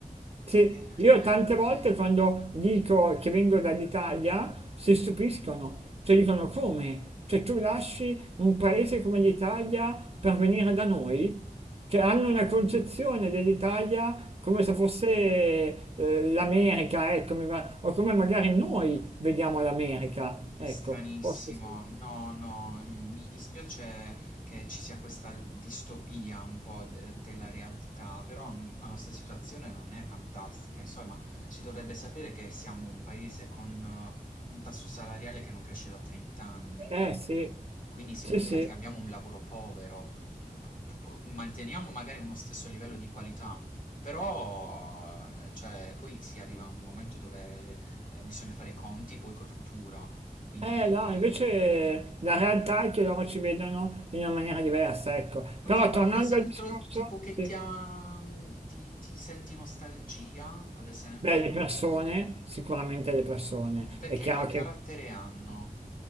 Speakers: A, on the right; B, on the left.
A: Sì,
B: Eh...
A: io tante volte quando dico che vengo dall'Italia si stupiscono, cioè dicono come? Cioè tu lasci un paese come l'Italia per venire da noi? Cioè hanno una concezione dell'Italia come se fosse eh, l'America, ecco, mi va- o come magari noi vediamo l'America,
B: È
A: ecco,
B: stranissimo,
A: forse sì.
B: no, no, mm, mi dispiace che ci sia questa distopia un po' de- della realtà, però mm, la nostra situazione non è fantastica, insomma, si dovrebbe sapere che siamo un paese con eh, un tasso salariale che non cresce da 30 anni.
A: Eh sì,
B: Quindi significa
A: sì sì,
B: che abbiamo un lavoro povero, p- p- manteniamo magari uno stesso livello di qualità, però eh, cioè, poi si arriva a un momento dove eh, bisogna fare i conti poi col futuro, quindi...
A: Eh no, invece la realtà è che loro ci vedono in una maniera diversa, ecco. Però
B: Ok, qualcos'altro
A: tornando al discorso,
B: tipo che
A: sì,
B: ti ha... ti, ti senti nostalgia, ad esempio?
A: beh, le persone, sicuramente le persone.
B: Perché
A: È chiaro
B: che carattere
A: che
B: hanno?